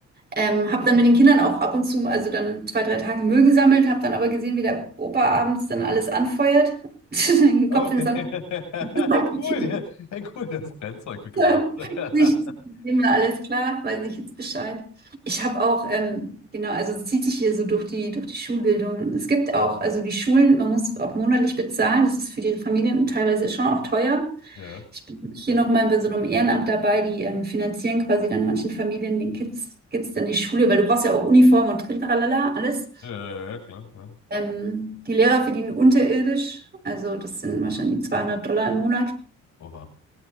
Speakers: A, on the right (about 35°); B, on the left (about 70°).
A: Ähm, habe dann mit den Kindern auch ab und zu, also dann zwei, drei Tage Müll gesammelt, habe dann aber gesehen, wie der Opa abends dann alles anfeuert, <laughs> den
B: Okay.
A: Kopf in den Sand
B: <laughs>
A: gesteckt.
B: Hey, cool. ja. Hey, cool, das Brennzeug mitgebracht.
A: <laughs> Ich
B: <laughs>
A: nehme alles klar, weiß ich jetzt Bescheid. Ich habe auch, ähm, genau, also es zieht sich hier so durch die, durch die Schulbildung. Es gibt auch, also die Schulen, man muss auch monatlich bezahlen. Das ist für die Familien teilweise schon auch teuer.
B: Ja,
A: Ich bin hier nochmal bei so einem Ehrenamt dabei, die ähm, finanzieren quasi dann manchen Familien, den Kids, Kids dann die Schule, weil du brauchst ja auch Uniform und Trintralala, alles.
B: ja, ja, klar, klar.
A: Ähm, die Lehrer verdienen unterirdisch, also das sind wahrscheinlich 200 Dollar im Monat.
B: Oha.